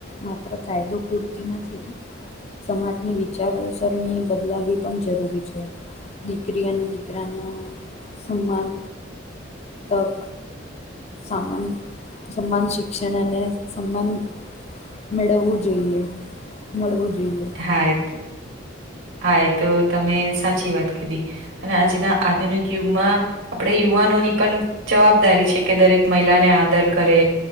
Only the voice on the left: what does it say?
માત્ર કાયદો પૂરતી નથી સમાજની વિચારસરણી બદલાવવી પણ જરૂરી છે દીકરી અને દીકરાના સન્માન તક સામાન્ય સમાન શિક્ષણ અને સમાન મેળવવું જોઈએ મળવું જોઈએ